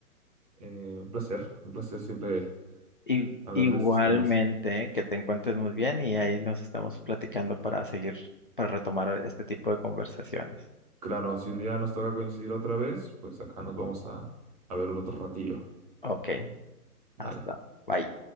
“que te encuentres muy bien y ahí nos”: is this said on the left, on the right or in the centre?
Left